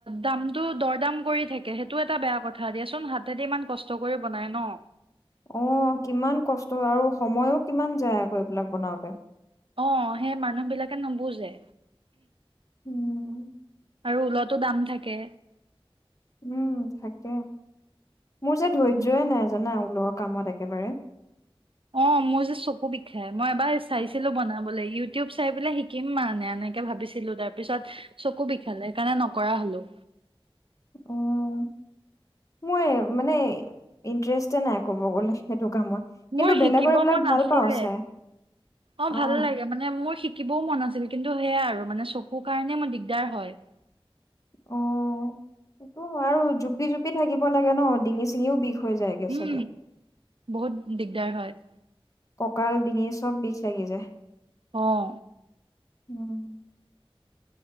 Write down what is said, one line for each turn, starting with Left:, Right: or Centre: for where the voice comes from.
Right: দামটো দৰ দাম কৰি থাকে সেইটো এটা বেয়া কথা দিয়াচোন হাতে দি ইমান কষ্ট কৰি বনাই ন?
Left: অ কিমান কষ্ট আৰু সময়ো কিমান যায় আকৌ এইবিলাক বনাওতে।
Right: অ সেই মানুহ বিলাকে নুবুজে।
Left: উম।
Right: আৰু ঊলতো দাম থাকে।
Left: উম থাকে। মোৰ যে ধৈৰ্য্যয়ে
Right: উম।
Left: নাই জানা? ঊলৰ কামত একেবাৰে।
Right: অ মোৰ যে চকু বিষায় মই এবাৰ চাইছিলো বনাবলৈ, ইউটিউব চাই পেলাই শিকিম মানে এনেকে ভাবিছিলো তাৰপিছত চকু বিষালে সেইকাৰণে নকৰা হ'লো।
Left: উম। এ মানে ইন্টাৰেষ্টে নাই ক'ব গ'লে, সেইটো কামত। কিন্তু
Right: মোৰ
Left: বেলেগৰ
Right: শিকিব
Left: এইবিলাক
Right: মন
Left: ভাল
Right: আছিলে।
Left: পাওঁ চাই
Right: অহ
Left: অ'।
Right: ভাল লাগে, মানে মোৰ শিকিবও মন আছিল কিন্তু সেয়া আৰু মানে চকুৰ কাৰণে মোৰ দিগদাৰ হয়।
Left: অহ। সেইটো আৰু জুপি-জুপি থাকিব লাগে ন? ডিঙি চিঙিও বিষ হৈ যায়গে
Right: উম,
Left: চাগে
Right: বহুত দিগদাৰ হয়।
Left: কঁকাল ডিঙি চব বিষ লাগি যায়
Right: অহ।
Left: উম।